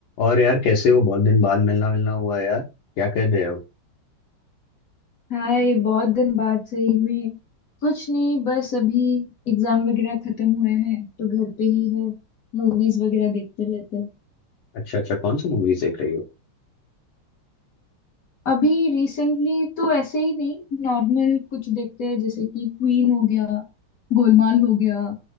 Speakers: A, on the left (about 75°); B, on the left (about 55°).
A: और यार कैसे हो बहुत दिन बाद मिलना मिलना हुआ यार क्या कर रहे हो
B: हाय बहुत दिन बाद सही में कुछ नहीं बस अभी एग्जाम वगैरह खत्म हुए हैं तो घर पे ही है मूवीज वगैरह देखते रहते हैं
A: अच्छा अच्छा कौन सी मूवीज देख रही हो
B: अभी रिसेंटली तो ऐसे ही नहीं नॉर्मल कुछ देखते हैं जैसे कि क्वीन हो गया गोलमाल हो गया